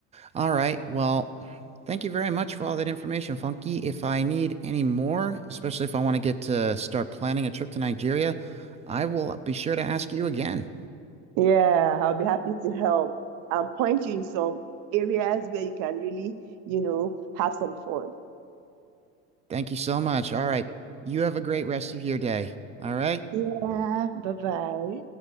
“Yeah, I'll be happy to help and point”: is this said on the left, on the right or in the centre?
Right